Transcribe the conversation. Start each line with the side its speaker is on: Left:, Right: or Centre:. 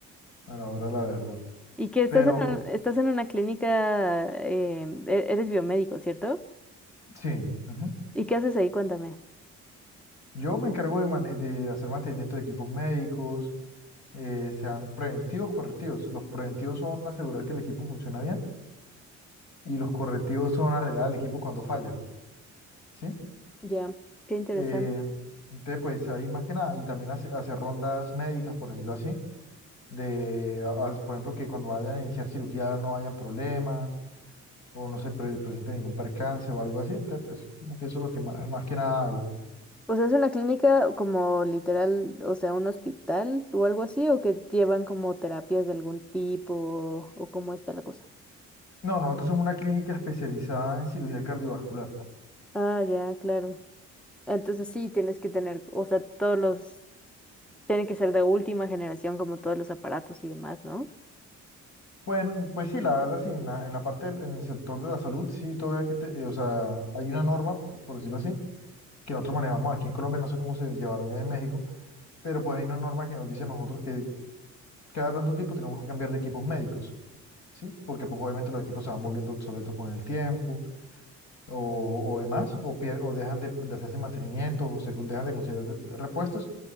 Left: a la hora de la verdad.
Centre: Y que estás
Left: Pero
Centre: en,
Left: pues,
Centre: estás en una clínica, em, e- eres biomédico, ¿cierto?
Left: sí. ujú.
Centre: ¿Y qué haces ahí? Cuéntame.
Left: Yo me encargo de, mane- de hacer mantenimiento de equipos médicos, eh, sean preventivos, correctivos. Los preventivos son asegurar que el equipo funciona bien y los correctivos son arreglar el equipo cuando falla. ¿sí?
Centre: Ya, Qué interesante.
Left: Eh, entonces, pues ahí más que nada, y también hace- hacer rondas médicas, por decirlo así, de, a- por ejemplo, que cuando vayan a iniciar cirugía no hayan problemas o no se pre- presente ningún percance o algo así, entonces, pues, como que eso es lo que ma- más, que nada hago.
Centre: O sea, es una clínica como literal, o sea, un hospital o algo así, o que llevan como terapias de algún tipo, o cómo está la cosa.
Left: No, nosotros somos una clínica especializada en cirugía cardiovascular.
Centre: Ah, ya, claro. Entonces sí, tienes que tener, o sea, todos los, tienen que ser de última generación como todos los aparatos y demás, ¿no?
Left: Pues, pues sí, la verdad sí, en la, en la parte, del- en el sector de la salud, sí, todavía que te- eh, o sea, hay una norma, por por decirlo así, que nosotros manejamos aquí en Colombia, no sé cómo se llevará bien en México, pero pues hay una norma que nos dice a nosotros que cada tanto tiempo tenemos que cambiar de equipos médicos, ¿sí? Porque pues obviamente los equipos se van volviendo obsoletos con el tiempo o, o demás, o, pier- o dejan de, de hacerse mantenimientos o se dejan de conseguir de- de repuestos.